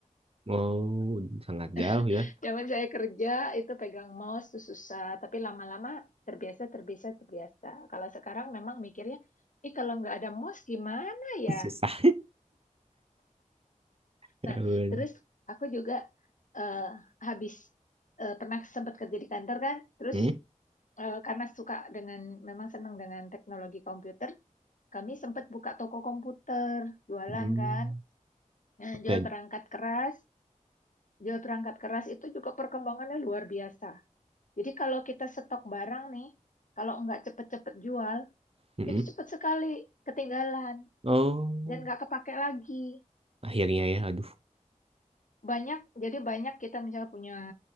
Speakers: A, on the right (about 45°); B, on the left (about 70°).
A: Oh, sangat
B: <laughs>
A: jauh ya.
B: Zaman saya kerja itu pegang mouse tuh susah, tapi lama-lama terbiasa, terbiasa, terbiasa. Kalau sekarang memang mikirnya, ih kalau nggak ada mouse gimana
A: <laughs>
B: ya?
A: Susah. Ya
B: Nah,
A: ampun.
B: terus aku juga eh, habis eh, pernah sempat kerja di kantor kan, terus
A: Hmm?
B: eh, karena suka dengan memang senang dengan teknologi komputer, kami sempat buka toko komputer, jualan
A: Hmm.
B: kan. Nah,
A: Oke.
B: jual perangkat keras, jual perangkat keras itu juga perkembangannya luar biasa. Jadi kalau kita stok barang nih, kalau nggak cepet-cepet jual,
A: Hmm.
B: itu cepet sekali ketinggalan
A: Oh,
B: dan nggak kepake lagi.
A: akhirnya ya. Aduh,
B: Banyak, jadi banyak kita misalnya punya